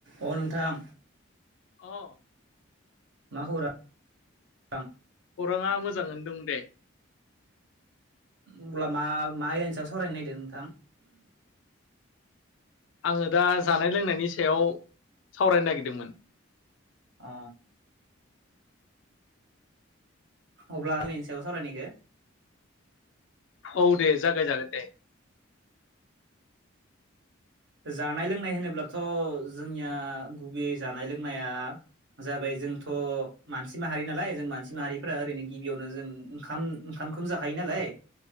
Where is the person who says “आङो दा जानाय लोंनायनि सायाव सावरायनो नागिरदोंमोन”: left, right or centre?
Left